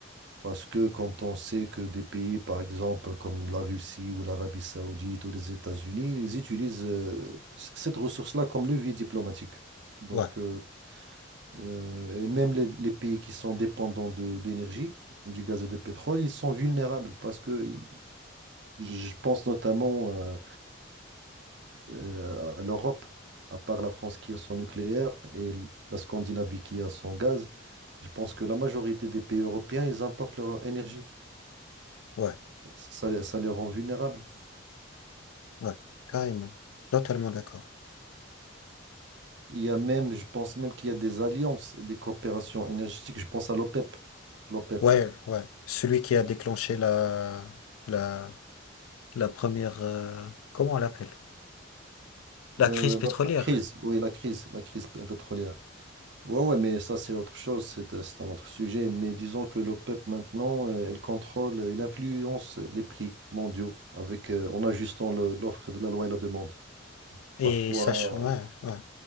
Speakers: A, on the right (about 55°); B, on the left (about 90°).
A: Parce que quand on sait que des pays, par exemple, comme la Russie ou l'Arabie Saoudite ou les États-Unis, ils utilisent euh, c- cette ressource-là comme levier diplomatique. Donc,
B: Ouais,
A: euh, euh, et même les, les pays qui sont dépendants de d'énergie, du gaz et du pétrole, ils sont vulnérables parce que i- je pense notamment euh, euh, à l'Europe, à part la France qui a son nucléaire et l- la Scandinavie qui a son gaz. Je pense que la majorité des pays européens, ils importent leur énergie.
B: ouais,
A: Ça, ça les rend vulnérables.
B: ouais, carrément. Totalement d'accord.
A: Il y a même, je pense même qu'il y a des alliances et des coopérations énergétiques. Je pense à l'OPEP. L'OPEP.
B: Ouais, ouais. Celui qui a déclenché la, la, la première, euh, comment on l'appelle? La
A: Euh,
B: crise pétrolière.
A: la crise, oui, la crise, la crise p- pétrolière. Ouais, ouais, mais ça, c'est autre chose, c'est euh, c'est un autre sujet. Mais disons que l'OPEP, maintenant, euh, elle contrôle, elle influence les prix mondiaux avec, euh, en ajustant le- l'offre de la loi et la demande.
B: Et
A: Parfois,
B: sachant, ouais, ouais.